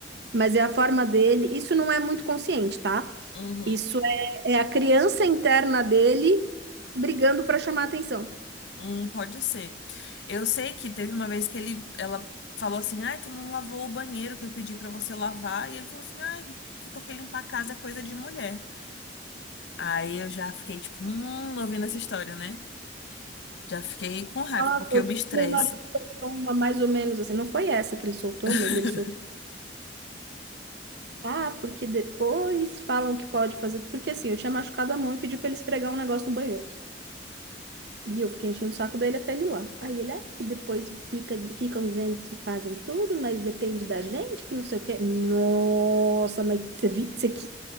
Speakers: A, on the right; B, on the left.
A: mas é a forma dele. Isso não é muito consciente, tá?
B: Uhum,
A: Isso é, é a criança interna dele brigando para chamar atenção.
B: hum, pode ser. Eu sei que teve uma vez que ele, ela falou assim, ai, tu não lavou o banheiro que eu pedi pra você lavar. E ele falou assim, ai, que porque limpar a casa é coisa de mulher. Aí eu já fiquei, tipo, hum, ouvindo essa história, né? Já fiquei com raiva,
A: Nossa,
B: porque
A: o
B: eu me estresso.
A: meu marido toma mais ou menos assim. Não foi essa que ele soltou,
B: <laughs>
A: mas ele soltou. Ah, porque depois falam que pode fazer. Porque assim, eu tinha machucado a mão e pedi pra ele esfregar um negócio no banheiro. E eu fiquei enchendo o saco dele até ele ir lá. Aí ele é que depois fica, ficam dizendo que fazem tudo, mas depende da gente, que não sei o quê. Nossa, mas você viu isso aqui?